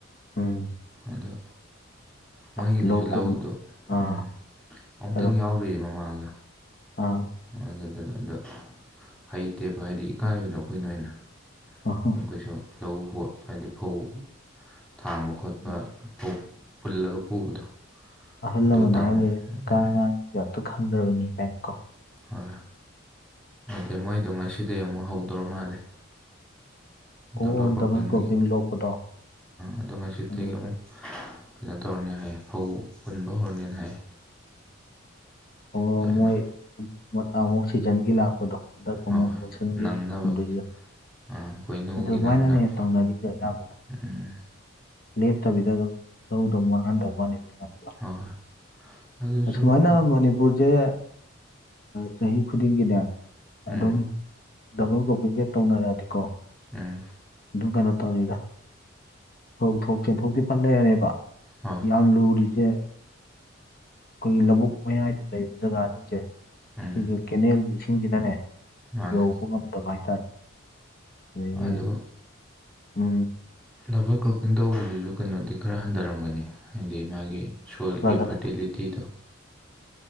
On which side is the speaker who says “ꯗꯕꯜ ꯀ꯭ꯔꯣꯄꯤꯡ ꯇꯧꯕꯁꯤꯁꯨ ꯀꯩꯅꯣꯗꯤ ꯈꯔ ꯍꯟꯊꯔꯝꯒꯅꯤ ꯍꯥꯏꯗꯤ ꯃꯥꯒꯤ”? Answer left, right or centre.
Centre